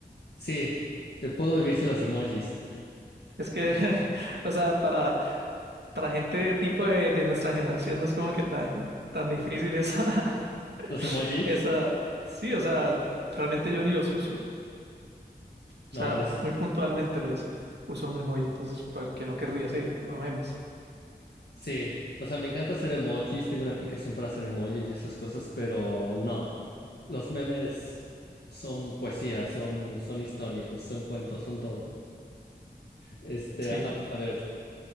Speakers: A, on the left; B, on the right.
A: Sí, eh, puedo vivir sin los emojis.
B: Es que, <laughs> o sea, para... Para gente tipo de, de nuestra generación no es como que tan, tan difícil esa, <laughs>
A: ¿Los emojis?
B: esa... Sí, o sea, realmente yo ni los uso. O
A: No,
B: sea,
A: no es.
B: muy puntualmente los uso un emoji, entonces, ¿por qué no querría seguir viendo memes?
A: Sí, o sea, me encanta hacer emojis, tengo una aplicación para hacer emojis y esas cosas, pero no, los memes son poesía, son, son historias, son cuentos, son todo. Este,
B: Sí.
A: a, a ver,